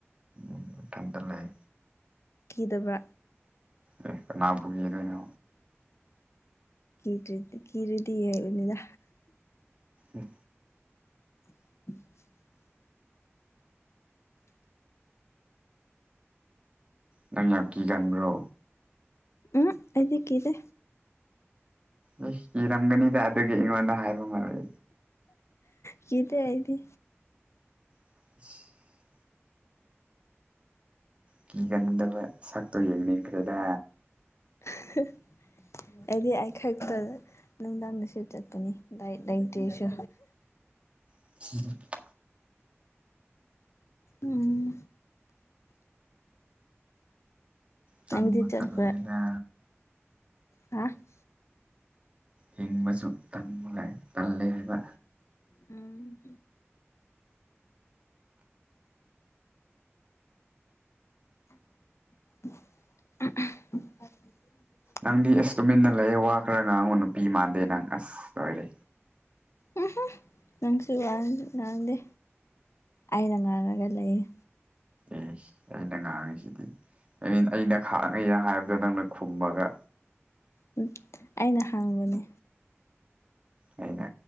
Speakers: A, on the right (about 25°); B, on the left (about 75°).
A: ꯎꯝ ꯊꯟꯗ ꯂꯩ
B: ꯀꯤꯗꯕ꯭ꯔꯥ
A: ꯑꯦ ꯀꯅꯥꯕꯨꯒꯤꯗꯣꯏꯅꯣ
B: ꯀꯤꯔꯤꯔꯤ ꯀꯔꯤꯗꯤ ꯍꯥꯏꯏꯕꯅꯤꯗ
A: ꯎꯝ
B: <inaudible>
A: ꯅꯪ ꯌꯥꯝ ꯀꯤ ꯀꯟꯥꯟꯕ꯭ꯔꯣ
B: ꯎꯝ ꯑꯩꯗꯤ ꯀꯤꯗꯦ
A: ꯑꯦ ꯀꯤꯔꯝꯒꯅꯤꯗ ꯑꯗꯨꯒꯤ ꯑꯩꯉꯣꯟꯗ ꯍꯥꯏꯕ ꯃꯥꯜꯂꯦ
B: ꯀꯤꯗꯦ ꯑꯩꯗꯤ
A: <inaudible> ꯀꯤꯒꯟꯗꯕ ꯁꯛꯇꯣ ꯌꯦꯡꯅꯤꯡꯈ꯭ꯔꯦꯗ
B: <unintelligible> ꯑꯩꯗꯤ ꯑꯩ ꯈꯛꯇ ꯅꯨꯡꯗꯥꯡꯗꯁꯨ ꯆꯠꯄꯅꯦ ꯂꯥꯏꯠ ꯂꯩꯇꯦꯁꯨ
A: <unintelligible>
B: ꯎꯝ
A: ꯇꯥꯟꯕꯨ
B: ꯅꯪꯗꯤ ꯆꯠꯄ꯭ꯔꯥ
A: ꯇꯟꯂꯦꯗ
B: ꯍꯥ <unintelligible>
A: ꯍꯤꯡꯕꯁꯨ ꯇꯝ ꯂꯥꯛꯦ ꯇꯜꯂꯦ ꯍꯥꯏꯕ
B: ꯎꯝ <unintelligible>
A: ꯅꯪꯗꯤ ꯑꯦꯁ ꯇꯨꯃꯤꯟꯅ ꯂꯩꯌꯦ ꯋꯥ ꯈꯔ ꯉꯥꯡꯉꯣ ꯅꯨꯄꯤ ꯃꯥꯟꯗꯦ ꯅꯪ ꯑꯁ ꯂꯣꯏꯔꯦ
B: ꯎꯝꯍꯨꯝ ꯅꯪꯁꯨ ꯌꯥꯝ ꯉꯥꯡꯗꯦ ꯑꯩꯅ ꯉꯥꯡꯉꯒ ꯂꯩꯌꯦ
A: ꯑꯦꯁ ꯑꯩꯅ ꯉꯥꯡꯉꯤꯁꯤꯗꯤ ꯑꯩ ꯑꯩꯅ ꯈꯥꯛ ꯉꯩꯍꯦ ꯍꯥꯏꯕꯗ ꯅꯪꯅ ꯈꯨꯝꯃꯒ
B: ꯎꯝ ꯑꯩꯅ ꯍꯪꯕꯥꯅꯦ
A: ꯑꯩꯅ